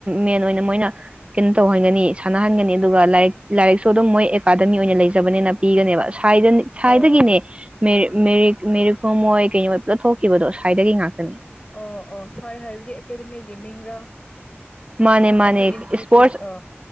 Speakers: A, on the right; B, on the left.
A: ꯃꯦꯟ ꯑꯣꯏꯅ ꯃꯣꯏꯅ ꯀꯩꯅꯣ ꯇꯧꯍꯟꯒꯅꯤ ꯁꯥꯟꯅꯍꯟꯒꯅꯤ ꯑꯗꯨꯒ ꯂꯥꯏꯔꯤꯛ ꯂꯥꯏꯔꯤꯛꯁꯨ ꯑꯗꯨꯝ ꯃꯣꯏ ꯑꯦꯀꯥꯗꯃꯤ ꯑꯣꯏꯅ ꯂꯩꯖꯕꯅꯦꯅ ꯄꯤꯒꯅꯦꯕ ꯁꯥꯏꯗꯒꯤꯅꯦ
B: ꯑꯣ
A: ꯃꯦꯔꯤꯈꯣꯝꯣꯏ ꯀꯩꯅꯣ ꯊꯣꯛꯈꯤꯕꯗꯣ ꯁ꯭ꯋꯥꯏꯗꯒꯤ ꯉꯥꯛꯇꯅꯦ
B: ꯑꯣ ꯑꯣ ꯁꯥꯏ ꯍꯥꯏꯕꯗꯤ ꯑꯦꯀꯥꯗꯃꯤꯒꯤ ꯃꯤꯡꯔꯥ
A: ꯃꯥꯅꯦ ꯃꯥꯅꯦ
B: ꯑꯗꯨ ꯏꯟꯁꯇꯤꯇ꯭ꯌꯨꯠ
A: ꯏꯁꯄꯣꯔꯠꯁ
B: ꯑ